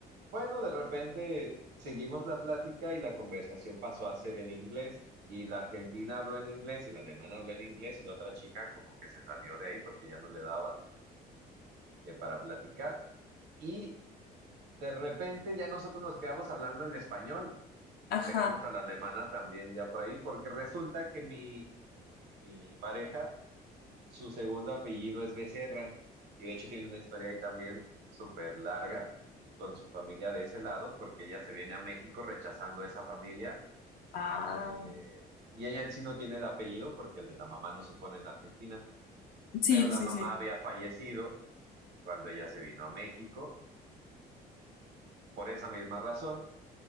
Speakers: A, on the right (about 75°); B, on the left (about 65°).
A: bueno, de repente seguimos la plática y la conversación pasó a ser en inglés. Y la argentina habló en inglés y la alemana habló en inglés y la otra chica como que se salió de ahí porque ya no le daba eh, para platicar. Y de repente ya nosotros nos quedamos hablando en español,
B: Ajá.
A: dejamos a la alemana también ya por ahí, porque resulta que mi, mi pareja, su segundo apellido es Becerra, y de hecho tiene una historia ahí también súper larga con su familia de ese lado, porque ella se viene a México rechazando esa familia,
B: Ah,
A: eh, y ella en sí no tiene el apellido porque el de la mamá no se pone en Argentina,
B: sí,
A: pero la
B: sí,
A: mamá
B: sí.
A: había fallecido cuando ella se vino a México por esa misma razón,